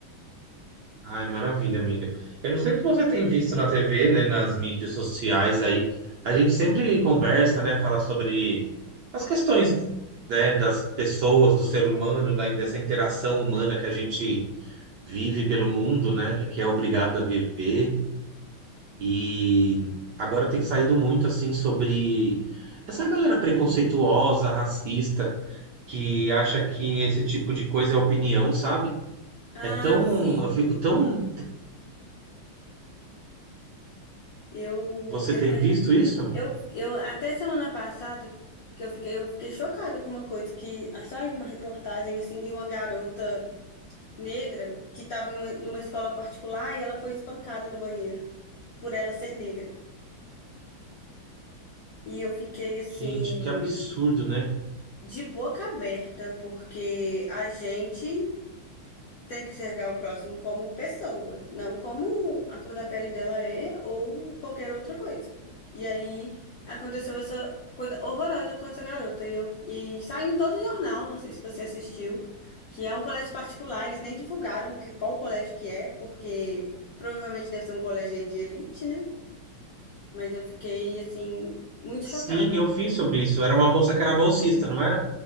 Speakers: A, on the right; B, on the left.
A: Ai, maravilha, amiga. Eu não sei se você tem visto na TV, né, nas mídias sociais aí. A gente sempre conversa, né, fala sobre as questões, né, das pessoas, do ser humano, da, dessa interação humana que a gente vive pelo mundo, né, que é obrigado a viver. E agora tem saído muito assim sobre essa galera preconceituosa, racista, que acha que esse tipo de coisa é opinião, sabe?
B: Ah,
A: É tão,
B: sim.
A: eu fico tão.
B: Eu,
A: Você
B: eu
A: tem
B: tenho,
A: visto isso?
B: eu, eu até semana passada que eu fiquei, eu fiquei chocada com uma coisa que ah, saiu uma reportagem assim de uma garota negra que estava numa escola particular e ela foi espancada no banheiro por ela ser negra. E eu fiquei assim
A: Gente, que absurdo, né?
B: de boca aberta porque a gente tem que enxergar o próximo como pessoa, não como a cor da pele dela é ou qualquer outra coisa. E aí aconteceu essa coisa horrorosa com essa garota. E, eu, e saiu em todo o jornal, não sei se você assistiu, que é um colégio particular. Eles nem divulgaram que- qual colégio que é, porque provavelmente deve ser um colégio aí de elite, né? Mas eu fiquei, assim, muito chocada.
A: Sim, eu vi sobre isso. Era uma moça que era bolsista, não era?